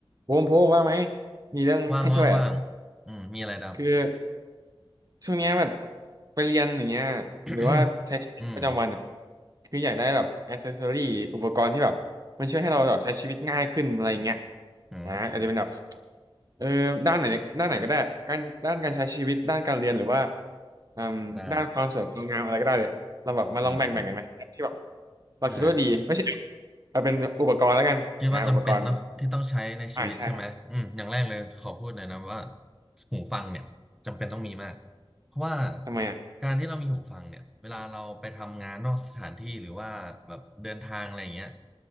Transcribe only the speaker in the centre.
ว่างว่างว่างอืมมีอะไรดับ
<coughs> อืม
อืม
ได้อืมอืม
ได้
คิดว่าจำเป็นเนาะที่ต้องใช้ในชีวิตใช่ไหมอืมอย่างแรกเลยขอพูดเลยนะว่า
หูฟังเนี่ยจำเป็นต้องมีมากเพราะว่า
การที่เรามีหูฟังเนี่ยเวลาเราไปทำงานนอกสถานที่หรือว่าแบบเดินทางอะไรอย่างเงี้ย